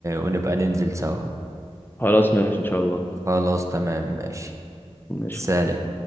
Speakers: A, on the right; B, on the left.
A: ونبقى ننزل سوا
B: خلاص ماشي إن شاء الله
A: خلاص تمام ماشي
B: ماشي
A: سلام